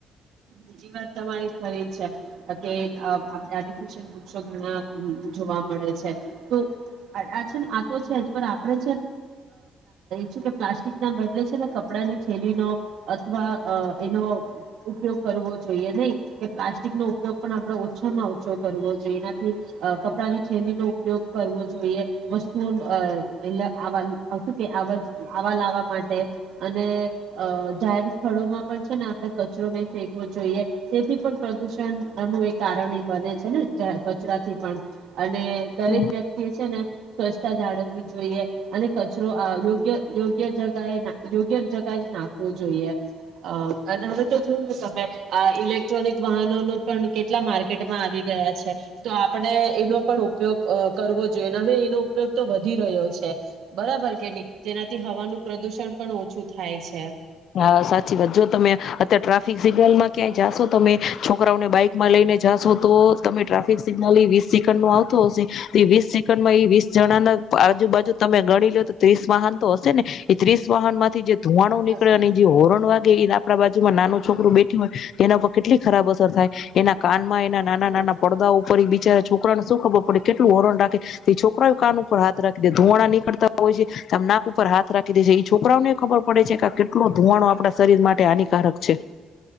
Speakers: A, on the right; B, on the left.
A: બીજી વાત તમારી ખરી છે કે આપણે આર્ટિફિશયલ વૃક્ષોસો ઘણા જોવા મળે છે તો આ છે ને આ તો છે જ પણ આપણે છે ને કે પ્લાસ્ટિક ના બદલે છે ને કપડાની થેલીનો અથવા એનો ઉપયોગ કરવો જોઈએ નહી કે પ્લાસ્ટિક નો ઉપયોગ પણ આપણે ઓછામાં ઓછો કરવો જોઈએ એનાથી કપડાની થેલીનો ઉપયોગ કરવો જોઈએ વસ્તુઓ એટલે શું કે આવા લાવવા માટે અને જાહેર સ્થળોમાં પણ છે ને આપણે કચરો નઈ ફેક જોઈએ તેથી પણ પ્રદુષણ નુ એક કારણ એ બને છે ને કચરાથી પણ અને દરેક
B: હમ
A: વ્યક્તિ એ છે ને સ્વચ્છતા જાળવ જોઈએ અને કચરો યોગ્ય યોગ્ય જગાએ યોગ્ય જગાએ જ નાખવો જોઈએ અને હવે તો જોવો ને તમે આ ઇલેક્ટ્રોનિક વાહનોનો પણ કેટલા માર્કેટમાં આવી ગયા છે તો આપણે એનો પણ ઉપયોગ કરવો જોઈએ હવે એનો ઉપયોગ તો વધી રહ્યો છે બરાબર કે નહી તેનાથી હવાનું પ્રદુષણ પણ ઓછું થાય છે
B: હા સાચી વાત જો તમે અત્યારે ટ્રાફિક સિગ્નલમાં ક્યાંય જાશો તમે છોકરાઓને બાઈકમાં લઈને જાશો તો તમે ટ્રાફિક સિગ્નલ એ વીસ સેકન્ડ નો આવતો હશે તે વીસ સેકન્ડમાં એ વીસ જણાના આજુ બાાજુ તમે ગણી લો તો ત્રીસ વાહન તો હશે ને એ ત્રીસ વાહન માંથી જે ધુમાડો અને
A: અસર
B: જે હોરન વાગે એના આપણા બાજુમાં નાનું છોકરું બેઠું હોય તો એના પર કેટલી ખરાબ અસર થાય, એના કાન એમા એના નાના
A: હમ
B: નાના પડદાઓ ઉપર ભી જયારે છોકરાને શું ખબર પડે કેટલું હોરન રાખે તે છોકરાઓ કાન ઉપર હાથ રાખીદે, ધુમાડા નીકળતા હોય છે આમ નાક ઉપર હાથ રાખી દે છે ઈ છોકરાઓને ખબર પડે છે કે આ કેટલું કેટલો ધુમાડો આપણા શરીર માટે હાનિકારક છે